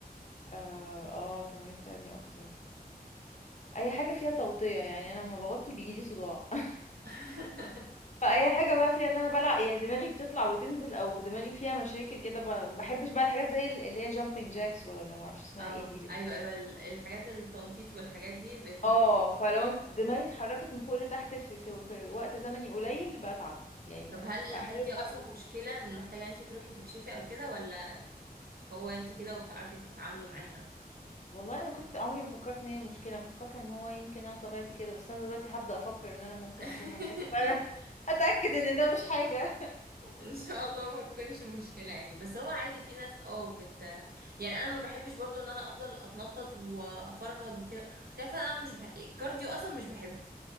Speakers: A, on the left; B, on the right.
A: اه اه تمارين بتعبني اكتر اي حاجة فيها توطية يعني انا لما بغطي بيجيلي صداع <laughs>
B: <laughs>
A: فاي حاجة بقى فيها ان انا بلع يعني دماغي بتطلع وتنزل او دماغي فيها مشاكل كده ب- ما بحبش بقى الحاجات زي اللي هي جامبينج جاكس ولا ما اعرفش اسمها
B: اه
A: ايه دي
B: ايوه ايوه ال- الحاجات التنطيط والحاجات دي بتتعبك
A: اه فلو انت- دماغي اتحركت من فوق لتحت في, في, في وقت زمني قليل بتعب يعني
B: طب
A: ما-
B: هل
A: بحتاج
B: هل دي
A: اتحرك
B: اصلا مشكلة إن محتاجة انت تروحي تكشفي او كده ولا هو انت كده وبتعرفي تتعاملي معاها
A: والله انا كنت عمري ما فكرت ان هي مشكله انا كنت فاكره ان هو يمكن انا طبيعتي كده بس انا دلوقتي هبدا افكر ان انا ممكن
B: <laughs>
A: اكون محتاجه فعلا <laughs> اتاكد ان ده مش حاجه
B: ان شاء الله ما تكونش مشكله يعني بس هو عادي في ناس اه بت يعني انا ما بحبش برضو ان انا افضل اتنطط وافرهد وكده تعرف انا مش بح... الكارديو اصلا مش بحبه